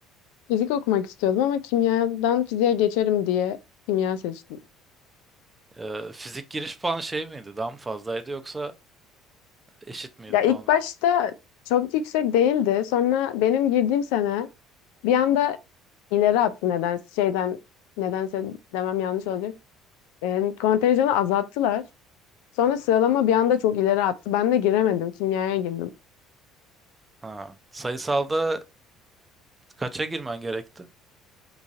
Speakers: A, on the left; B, on the right.
A: Fizik okumak istiyordum ama kimyadan fiziğe geçerim diye kimya seçtim.
B: E, fizik giriş puanı şey miydi? Daha mı fazlaydı yoksa eşit miydi
A: Ya
B: puanı?
A: ilk başta çok yüksek değildi. Sonra benim girdiğim sene bir anda ileri attı neden şeyden nedense demem yanlış olacak. E, kontenjanı azalttılar. Sonra sıralama bir anda çok ileri attı. Ben de giremedim. Kimyaya girdim.
B: Ha. Sayısalda kaça girmen gerekti?